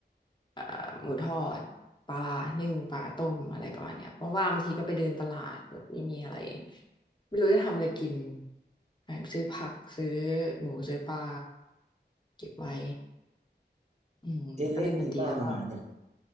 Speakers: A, on the left; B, on the right.
A: เอ่อหมูทอดปลานึ่งปลาต้มอะไรประมาณเนี้ยว่างๆบางทีก็ไปเดินตลาดแบบไม่มีอะไรไม่รู้จะทำอะไรกินไปซื้อผักซื้อหมูซื้อปลาเก็บไว้อืมก็เล่นดนตรีแล้วก็
B: เจนเล่นกีตาร์มานานอย่าง